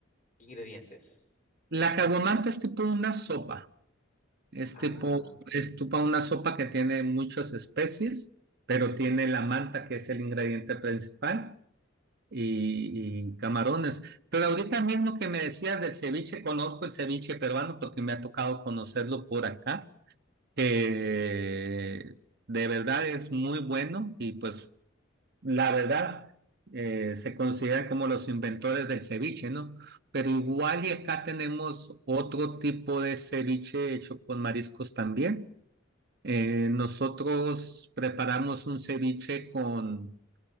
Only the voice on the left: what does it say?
qué ingredientes?
Ah,